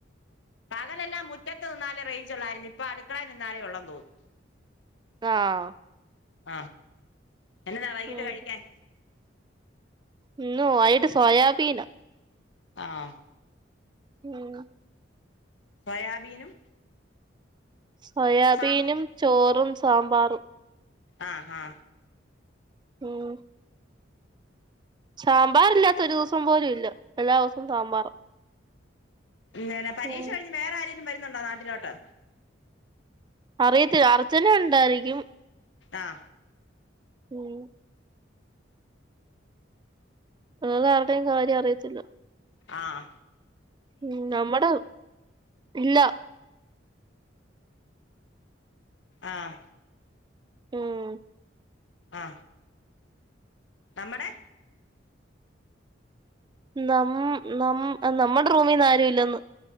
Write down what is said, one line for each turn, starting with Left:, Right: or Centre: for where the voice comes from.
Left: <inaudible> പകലെല്ലാം മുറ്റത്ത് നിന്നാലേ റേഞ്ച് ഉള്ളായിരുന്നു ഇപ്പൊ അടുക്കള നിന്നാലേ ഉള്ളെന്നുതോന്നുന്നു
Right: ആഹാ
Left: ആ എന്നതാ വൈകീട്ട്
Right: ഉം
Left: കഴിക്കാൻ
Right: ഇന്ന് വൈകീട്ട് സോയാബീനാ
Left: ആഹാ
Right: ഉം
Left: സോയാബീനും
Right: സോയാബീനും
Left: സാം
Right: ചോറും സാമ്പാറും
Left: ആഹാ ആഹാ
Right: ഉം സാമ്പാറില്ലാത്ത ഒരു ദിവസം പോലും ഇല്ല എല്ലാസോം സാമ്പാറാ
Left: ഇങ്ങനെ പരീക്ഷ
Right: ഉം
Left: കഴിഞ്ഞ് വേറെ ആരേലും വരുന്നുണ്ടോ നാട്ടിലോട്ട്
Right: അറിയത്തില്ല അർച്ചന ഉണ്ടായിരിക്കും
Left: ആഹാ
Right: ഉം വേറേ ആരുടെയും കാര്യ അറിയത്തില്ല
Left: ആഹാ
Right: മഉം നമ്മടെ ഇല്ല
Left: ആഹാ
Right: ഉം
Left: ആ നമ്മടെ
Right: നമ്മ് നമ്മ് നമ്മടെ റൂമിന്ന് ആരൂഇല്ലന്ന്